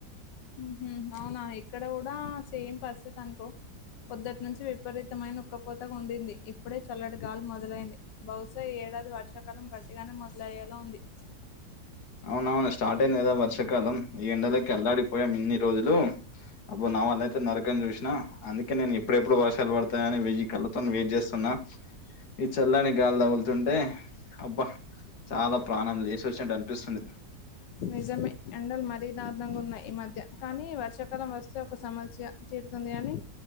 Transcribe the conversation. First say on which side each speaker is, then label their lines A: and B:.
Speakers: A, on the left; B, on the left.
A: మ్ హు అవునా ఇక్కడ కూడా సేమ్ పరిస్థితి అనుకో పొద్దుటి నుంచి విపరీతమైన ఉక్కపోతగ ఉండింది ఇప్పుడే చల్లటి గాలి మొదలైంది బహుశా ఈ ఏడాది వర్షకాలం గట్టిగానే మొదలయ్యేలా ఉంది
B: అవునవును స్టార్ట్ అయింది కదా వర్షకాలం ఈ ఎండలకి అల్లాడిపోయం ఇన్ని రోజులు అప్పుడు వాన లేక నరకం చూసిన అందుకే నేను ఎప్పుడెప్పుడు వర్షాలు పడతాయని వెయ్యి కళ్ళతోని వెయిట్ చేస్తున్నా ఈ చల్లాని గాలి తగులుతుంటే అబ్బా చాలా ప్రాణం లేసోచింటనిపి స్తుంది
A: నిజమే ఎండలు మరీ దారుణంగా ఉన్నాయి ఈ మధ్య కానీ వర్షాకాలం వస్తే ఒక సమస్య తీ తుంది గాని